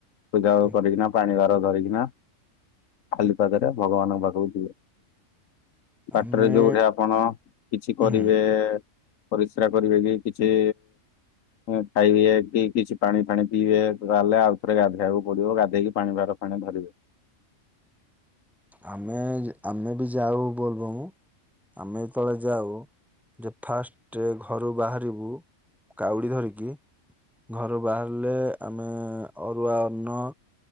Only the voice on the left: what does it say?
ପୂଜା
କରିକିନା ପାଣି ବାର ଧରିକିନା ଖାଲି ପାଦରେ ଭଗବାନଙ୍କ ପାଖକୁ ଯିବେ ବାଟରେ
ଯୋଉଠି ଆ ଆପଣ କିଛି କରିବେ
ପରିସ୍ରା କରିବେ କି କିଛି ହୁଁ ଖାଇବି କି କିଛି ପାଣି ଫାଣି ପିଇବେ ତାହେଲେ ଆଉ ଥରେ ଗାଧେଇବାକୁ ପଡିବ ଗାଧେଇକି ପାଣି ଭାର ଫୁଣି ଧରିବେ।